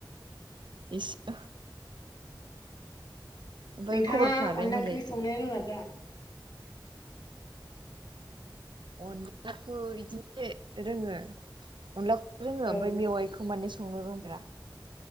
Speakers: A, on the right (about 75°); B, on the left (about 55°).
A: इसे। ओमफ्राय
B: नोंथाङा
A: खबरफ्रालाय
B: अनला
A: मालाय
B: ओंख्रि संनो रोङोना रोङा?
A: अनलाखौ इदिनो रोङो अनला रोङो
B: औ
A: ओमफाय मेवाइखौ माने संनो रोंफेरा।